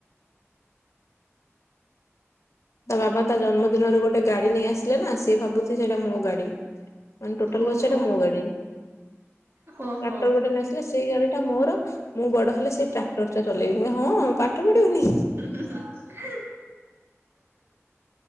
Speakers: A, on the left; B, on the right.
A: ତା ବାବା ତା ଜନ୍ମଦିନରେ ଗୋଟେ ଗାଡି ନେଇ ଆସିଲେ ନା ସିଏ ଭାବୁଚି ସେଇଟା ମୋ ଗାଡି। ମାନେ ଟୋଟାଲ୍
B: ଓହୋ
A: କହୁଚି ସେଟା ମୋ ଗାଡି। ଟ୍ରାକ୍ଟର
B: ଓହୋ
A: ଗୋଟେ ନେଇ ଆସିଲେ, ସେଇ ଗାଡି ଟା ମୋର ମୁଁ ବଡ ହେଲେ ସେଇ ଟ୍ରାକ୍ଟର ଟା ଚଲେଇବି। ମୁଁ କହିଲି ହଁ ପାଠ ପଢିବୁନି।
B: ହୁଁ ହୁଁ।